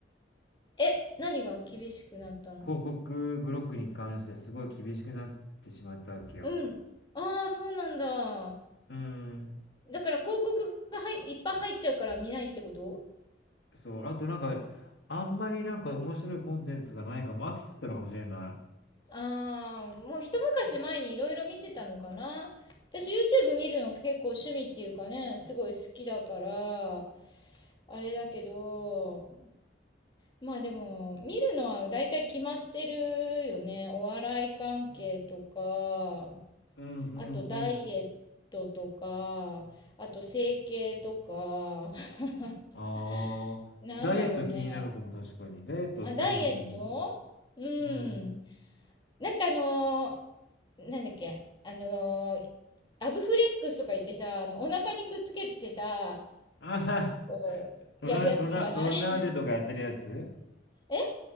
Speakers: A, on the left; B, on the left.
A: え、何が厳しくなったの
B: 広告ブロックに関してすごい厳しくなってしまったわけよ。
A: うん。ああ、そうなんだ。あ、
B: うーん。
A: だから広告がはいいっぱい入っちゃうから見ないってこと
B: そう。あとなんか、あんまりなんか面白いコンテンツがないから、も飽きちゃったのかもしれない。
A: ああ、もう一昔前にいろいろ見てたのかな。私 YouTube 見るの結構趣味っていうかね、すごい好きだから、あれだけど、まあでも、見るのは大体決まってるよね。お笑い関係とか、
B: うんうんうん。
A: あとダイエットとか、あと整形とか、<laughs>
B: ああ、
A: なんだろうね。
B: ダイエット気になる子も確かに。ダイエット何見てんの
A: あ、ダイエットうん。
B: うん。
A: なんかあのーなんだっけ、あのーアブフレックスとか言ってさ、あの、お腹にくっつけてさ、
B: あはは、
A: こう、
B: ロナ、
A: やるやつ知らない
B: ロナ、ロナルドがやってるやつ
A: <laughs> え